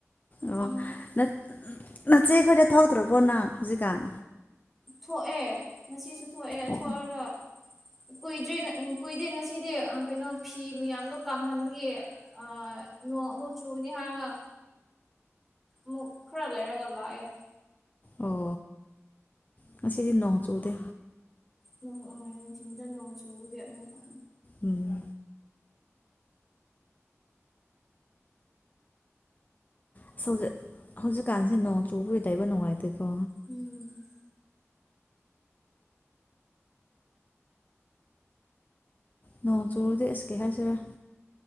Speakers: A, on the left (about 35°); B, in the centre.
A: ꯑꯣ
B: ꯈꯪꯗꯦ
A: ꯅꯠ ꯅꯆꯦꯈꯣꯏꯗ ꯊꯧꯗ꯭ꯔꯕꯣ ꯅꯪ ꯍꯧꯖꯤꯛꯀꯥꯟ
B: ꯊꯣꯛꯑꯦ ꯉꯁꯤꯁꯨ ꯊꯣꯛꯑꯦ
A: ꯑꯣ
B: ꯊꯣꯛꯑꯒ ꯀꯨꯏꯗ꯭ꯔꯦ ꯎꯪ ꯀꯨꯏꯗ꯭ꯔꯦ ꯉꯁꯤꯗꯤ ꯑ ꯀꯩꯅꯣ ꯐꯤ ꯃꯌꯥꯝꯗꯣ ꯀꯪꯍꯟꯕꯒꯤ ꯑ ꯅꯣꯡ ꯑꯃꯨꯛ ꯆꯨꯒꯅꯤ ꯍꯥꯏꯔꯒ ꯃꯨꯛ ꯈꯔ ꯂꯩꯔꯒ ꯂꯥꯛꯑꯦ
A: ꯑꯣ ꯉꯁꯤꯗꯤ ꯅꯣꯡ ꯆꯨꯗꯦ
B: ꯅꯣꯡ ꯑ ꯅꯨꯡꯊꯤꯟꯗ ꯅꯣꯡ ꯆꯨꯕꯒꯤ ꯑꯃꯨꯛꯀ
A: ꯎꯝ ꯑꯁ ꯍꯧꯖꯤꯛ ꯍꯧꯖꯤꯛꯀꯥꯟꯁꯦ ꯅꯣꯡ ꯆꯨꯕꯒꯤ ꯂꯩꯕ ꯅꯨꯡꯉꯥꯏꯇꯦꯀꯣ
B: ꯎꯝ
A: ꯅꯣꯡ ꯆꯨꯔꯗꯤ ꯑꯁ ꯀꯩ ꯍꯥꯏꯁꯦꯔꯥ